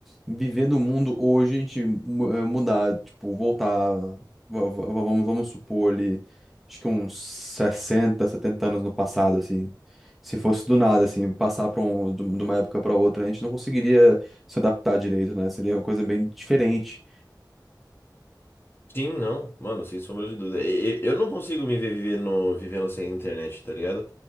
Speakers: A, in the centre; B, on the left (about 30°).
A: viver no mundo hoje, a gente mu- eh, mudar, tipo, voltar, va- va- vamos, vamos supor ali, acho que uns 60 70 anos no passado, assim. Se fosse do nada, assim, passar para um, de de uma época para outra, a gente não conseguiria se adaptar direito, né? Seria uma coisa bem diferente.
B: Sim, não. Mano, sem sombra de dúvida. E- e- Eu não consigo me ver vivendo, vivendo sem internet, tá ligado?